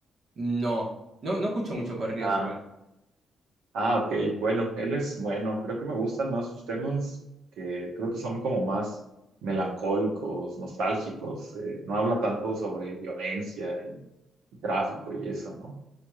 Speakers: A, on the right; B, on the right.
A: No, no, no escucho muchos corridos
B: Ah,
A: igual.
B: ah, ok. Bueno, él es bueno. Creo que me gustan más sus temas que creo que son como más melancólicos, nostálgicos. eh, no habla tanto sobre violencia y, y tráfico y eso, ¿no?